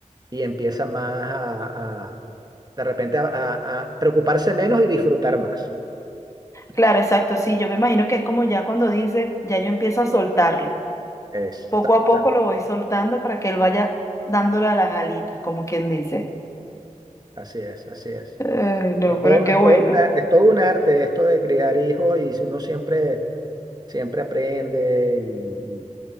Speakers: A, on the right; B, on the left.
A: y empieza más a, a- de repente a, a- a preocuparse menos y disfrutar más.
B: Claro, exacto, sí, yo me imagino que es como ya cuando dice, ya yo empiezo a soltarlo.
A: Exactamente.
B: Poco a poco lo voy soltando para que él vaya dándole a las alitas, como quien dice.
A: Así es, así es.
B: Ay, no,
A: Es todo,
B: pero qué
A: es
B: bueno.
A: todo una- es todo un arte esto de criar hijos y uno siempre, siempre aprende y,